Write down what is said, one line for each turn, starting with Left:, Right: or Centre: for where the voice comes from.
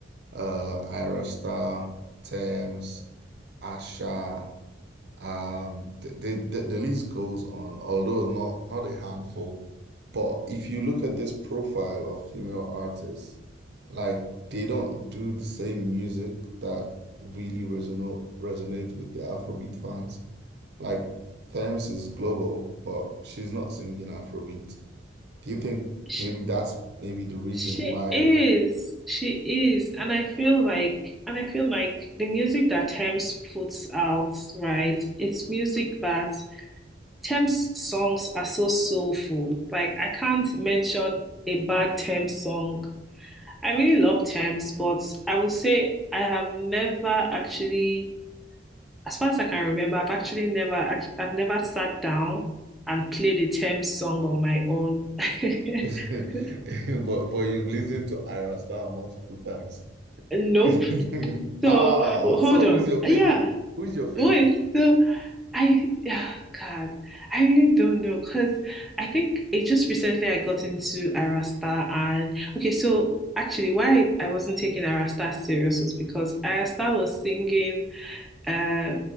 Right: uh Ira Star, Thames, Asha. Um, the, the the the list goes on, although not not a handful. But if you look at this profile of female artists, like they don't do the same music that really resonate resonate with the Afrobeat fans. Like Thames is global, but she's not singing Afrobeat. Do you think
Centre: <laughs>
Right: maybe
Centre: she,
Right: that's maybe the reason
Centre: she
Right: why?
Centre: is. She is. And I feel like and I feel like the music that Tems puts out, right? It's music that Tems songs are so soulful. Like I can't mention a bad Tems song I really love terms, but I will say I have never actually, as far as I can remember, I've actually never, act- I've never sat down and played a terms song on my own. <laughs>
Right: <laughs> But but you've listened to Ayra Starr multiple times.
Centre: Nope.
Right: <laughs>
Centre: So
Right: Ah,
Centre: hold
Right: so
Centre: on.
Right: who's your
Centre: Yeah,
Right: favorite? Who's your favorite?
Centre: wait. So I, oh God, I really don't know because I think it just recently I got into Arasta and okay, so actually why I wasn't taking Arasta serious was because Arasta was singing uh,